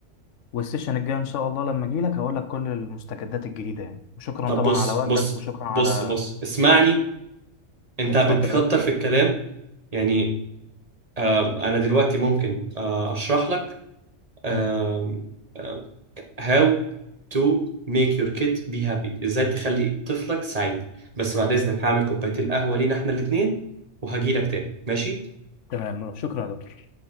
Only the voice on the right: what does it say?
طب
بص
بص
بص بص اسمعني انت
بتكتر
في الكلام يعني آم، انا دلوقتي ممكن آه، اشرح لك آم،
آم، how to make your kid be happy ازاي تخلي طفلك سعيد بس بعد اذنك هعمل كوبايتين قهوة لينا احنا الاتنين وهجيلك تاني ماشي